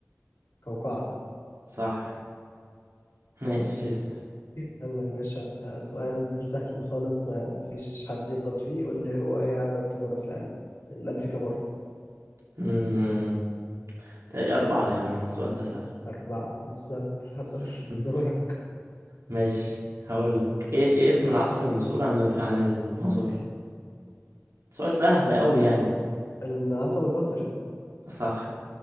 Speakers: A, on the left; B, on the right.
A: قوقعة
B: صح <laughs> ماشي اسأل
A: يلا يا باشا سؤال سهل خالص ما فيش حد يغلط فيه قول لي هو ايه عدد غرف القلب القلب فيه كام غرفة
B: مم. تقريبا أربعة يا عم السؤال ده سهل
A: أربعة بالظبط <laughs> حصل
B: <laughs>
A: دورك
B: ماشي هقولك ايه ايه اسم العصب المسؤول عن ال- عن النظر سؤال سهل أوي يعني
A: العصب البصري
B: صح